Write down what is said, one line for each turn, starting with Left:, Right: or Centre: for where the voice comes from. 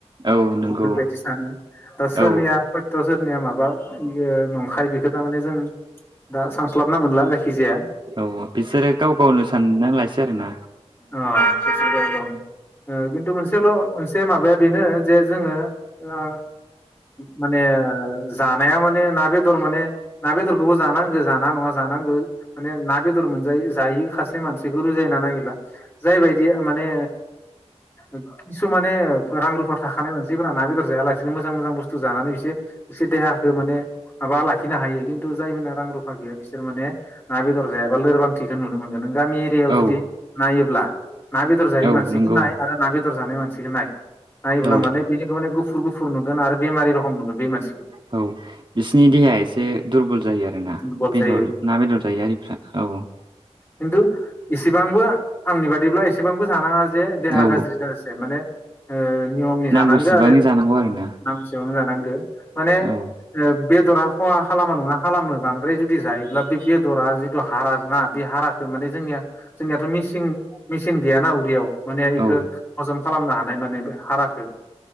Right: औ नंगौ
Left: बेफोरबायदि सानो। दा सोरनिया
Right: औ
Left: खयत' सोरनिया माबा यो नंखाय बेखौ थामाने जों दा सानस्लाबना मोनला जायखिजाया
Right: अ बिसोरो गाव गावनो सानना लासै आरो ना।
Left: अ <inaudible> ओ किन्थु मोनसेल' मोनसे माबाया बेनो जे जोङो ओ माने जानाया माने ना बेदर माने ना बेदरखोबो जानांगो जानाङा नङा जानांगो माने ना बेदर मोनजायि जायो खासे मानसिखो बुजायना नायोब्ला जायबायदि माने ओ खिसु माने रां रुफा थाखानाय मानसिफोरा ना बेदर जायालासिनो मोजां-मोजां बुस्थु जानानै बिसोर इसे देहाखौ माने माबा लाखिनो हायो खिन्थु जायफोर रां रुफा गैया बिसोर माने ना बेदर जायाबा लोरबांथिखौ नुनो मोनगोन नों गामि एरियाायाव
Right: औ
Left: जुदि नायोब्ला ना बेदर जायि
Right: औ
Left: मानसिखौ
Right: नंगौ
Left: नाय आरो ना बेदर जानाय मानसिखौ नाय नायोब्ला
Right: औ
Left: माने बेनि माने गु गुफुर गुफुर नुगोन आरो बेमारि रखम नुगोन बे मान
Right: औ बिसोरनि देहाया एसे दुरबल जायो आरोना
Left: दुरबल
Right: बेदर
Left: जायो
Right: ना बेदर जायो आरिफ्रा औ
Left: किनतु इसेबांबो आंनि बादिब्ला एसेबांबो जानाङा जे देहा
Right: औ
Left: गाज्रि जसे माने ओ‌ नियमनि
Right: नांगौसिबांनि
Left: जानांगो आरो
Right: जानांगौ आरोना
Left: नांगौसेबां जानांगौ माने
Right: औ
Left: ओ बेदरा खहा खालामा नङा खालामो बांद्राय जुदि जायोब्ला बे बेदरा जिथु हारा ना बे हारा माने जोंनिया जोंनियाथ' मिसिं मिचन गैयाना उदैयाव माने इखो
Right: औ
Left: हजम खालामनो हानाय माने बे हाराखो